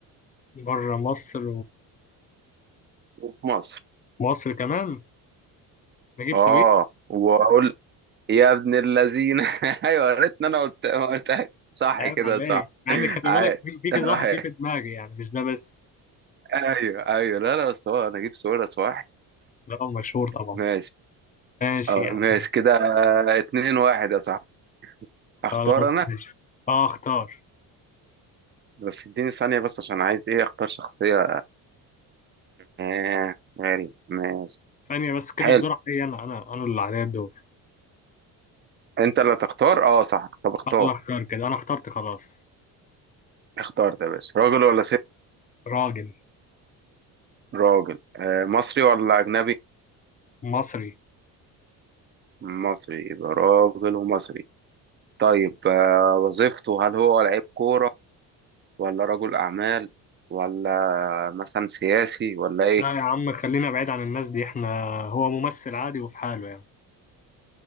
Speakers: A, on the left; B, on the right.
A: بره مصر
B: وفي مصر
A: ومصر كمان نجيب
B: آه
A: ساوية
B: وأقول يا ابن اللذين <laughs> أيوه يا ريتني أنا قلت قلتها صح
A: عيب
B: كده
A: عليك
B: صح
A: مع اني خلي
B: عايش
A: بالك في في
B: <laughs>
A: كذا واحد جه في دماغي يعني مش ده بس
B: ايوه ايوه لا لا بس هو انا اجيب سؤال صح
A: ده هو مشهور طبعا
B: ماشي
A: ماشي
B: اه
A: يعني
B: ماشي كده آه، اتنين واحد يا صاحبي اختار
A: خلاص
B: انا
A: ماشي اه اختار
B: بس اديني ثانية بس عشان عايز ايه اختار شخصية آه غريب ماشي
A: ثانية بس كده
B: حلو
A: الدور عليا انا انا انا اللي عليا الدور
B: انت اللي تختار اه صح طب اختار
A: انا اللي اختار كده انا اخترت خلاص
B: اختار يا باشا راجل ولا ست
A: راجل
B: راجل آه مصري ولا اجنبي
A: مصري
B: مصري يبقى راجل ومصري طيب آه وظيفته هل هو لعيب كورة ولا رجل اعمال ولا مثلا سياسي ولا ايه
A: لا يا عم خلينا بعيد عن الناس دي احنا هو ممثل عادي وفي حاله يعني